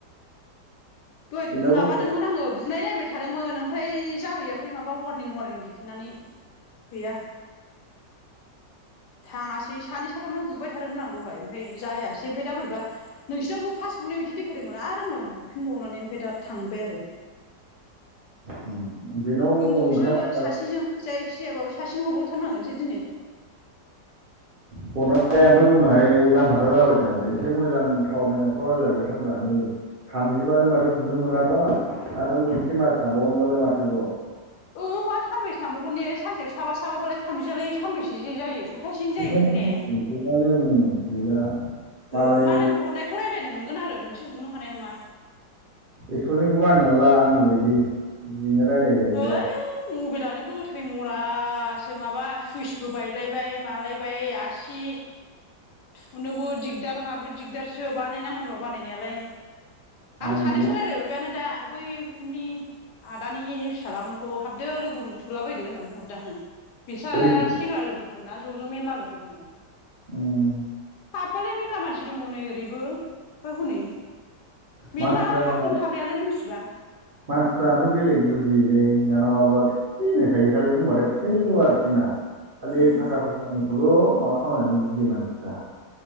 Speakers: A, on the left; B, on the right.
A: दहाय
B: बेनावबो
A: माबादोंमोन आङो बुनाय नायबाय थादोंमोन ओमफ्राय जाहैयाखै माबा वारनिं वारनिं देखायनानै गैया थाङासै सानै साथामनाव बुबाय थादोंमोन आं दहाय ओमफाय जायासै ओमफाय दा बोरैबा नोंसिनावबो फार्स्ट बुनायाव बिदि देखायदोंमोन आरो उनाव बुफिनबावनानै ओमफाय दा थांबाय आरो
B: उम बेनाव
A: दंबावोसो
B: ओंखारा
A: सासेजों जायखि जायाबाबो सासेनो हरबावथारनांगोनसो दिनै
B: हरनानै ओमफ्राय उनावहाय लानथाथा जाबाय थानोसै एसे मोजां थावारनांनायफ्राव रायज्लायबाय थाब्रा नै थामजिबानो माथो बुनो मोनाबा आरो मोनसे मास थाबावगोनबालाय माथोबाव
A: औ मा सानबेसे थांबावगोन ने सानसेयाव साबा साबाबालाय थामजियालाय सानबेसेजों जायो सप्तासेजों
B: बेखायनथ
A: जायो माथो ने
B: बुंदों गैलानो गैला मालाय
A: ओ मालायफोर हरनायखौ रायलायनो मोनगोन आरो नोंसो बुनो हानाय नङा
B: एक्टरनिखौ बानायनानै ला आंनि बायदि बिदिनो रायलाय जायोबा
A: ओइ मबाइलानो गोथै म फासो माबा सुइसबो बायलायबाय मालायबाय आसि थुनोबो दिगदार माबो दिगदारसो बानायनांगोन र' बानायनायालाय आं
B: आंनि
A: सानैसो रायलायहरबायानो दा बैफोरनि आदानि फिसालामोनखौ हाबदो लोगोफोरखौ सोला बायदो होननानै बुंहरदों आङो बिस्रा
B: बैजों
A: सेंग्रा लोगोफोरना ज' ज' मेनला लोगो दङ
B: उम
A: खालाय मेरला मानसि दङ नै ओरैबो हनै मेरला
B: मानसिफ्रा
A: हाबगोन हाबनायालाय मिथिबा
B: मानसिफ्रा ओमफ्राय बेलेग बुजियोलै दाना माबा थैखाय खालि बुंबाथाय थैल' आरोखि ना खालि
A: उम
B: थाखा फैसानिखौल' माबा खालामनानै गियो मानसिफ्रा